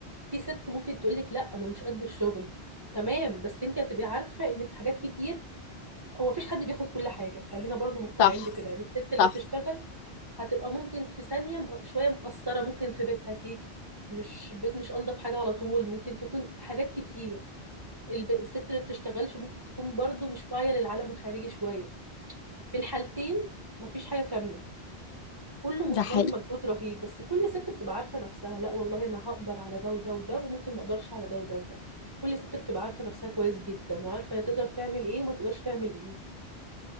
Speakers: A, on the right (about 25°); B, on the left (about 60°).
A: في ست ممكن تقولك لا انا مش قد الشغل تمام بس انت هتبقي عارفه ان في حاجات كتير هو مفيش حد بياخد كل حاجه خلينا برضو مقتنعين
B: صح
A: بكده يعني الست اللي
B: صح
A: بتشتغل هتبقى ممكن في ثانيه م- شويه مقصره ممكن في بيتها سيكه مش بيت مش انضف حاجه على طول ممكن تكون حاجات كتير الب- الست اللي بتشتغلش ممكن تكون برضو مش واعيه للعالم الخارجي شويه في الحالتين مفيش حاجه كامله كله متطلب
B: ده حقيقي
A: مجهود رهيب بس كل ست بتبقى عارفة نفسها لا والله انا هقدر على ده وده وده وممكن ما اقدرش على ده وده وده كل ست بتبقى عارفة نفسها كويس جدا وعارفة هي تقدر تعمل ايه وما تقدرش تعمل ايه